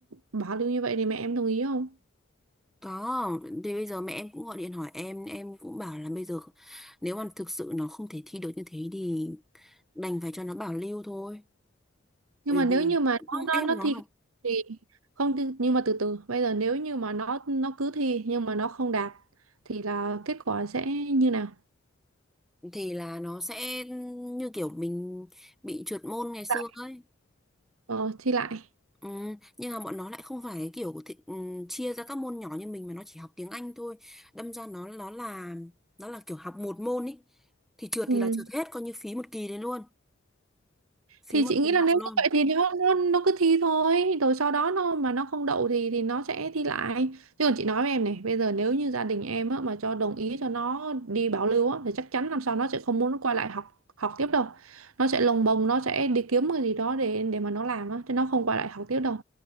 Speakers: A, on the right; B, in the centre.
A: bảo lưu như vậy thì mẹ em đồng ý không?
B: Có, thì bây giờ mẹ em cũng gọi điện hỏi em, em cũng bảo là bây giờ nếu mà thực sự nó không thể thi được như thế thì đành phải cho nó bảo lưu thôi.
A: nhưng
B: Bởi
A: mà nếu
B: vì
A: như mà
B: cũng
A: nó
B: không
A: nó
B: ép
A: nó
B: nó
A: thi
B: học
A: không thì không thi, nhưng mà từ từ bây giờ nếu như mà nó nó cứ thi nhưng mà nó không đạt thì là kết quả sẽ như nào
B: thì là nó sẽ như kiểu mình bị trượt môn ngày xưa
A: Dạ.
B: ấy
A: ờ, thi lại
B: ừ, nhưng mà bọn nó lại không phải kiểu của ừ, chia ra các môn nhỏ như mình mà nó chỉ học tiếng Anh thôi đâm ra nó nó là nó là kiểu học một môn ý thì trượt
A: ừ.
B: thì là trượt hết coi như phí một kỳ đấy luôn phí
A: thì
B: một
A: chị nghĩ
B: kỳ
A: là
B: học
A: nếu
B: luôn
A: như vậy thì nó nó nó cứ thi thôi rồi sau đó nó mà nó không đậu thì thì nó sẽ thi lại chứ còn chị nói với em này bây giờ nếu như gia đình em á, mà cho đồng ý cho nó đi bảo lưu á, thì chắc chắn năm sau nó sẽ không muốn quay lại học học tiếp đâu nó sẽ lồng bồng nó sẽ đi kiếm cái gì đó để để mà nó làm á, chứ nó không quay lại học tiếp đâu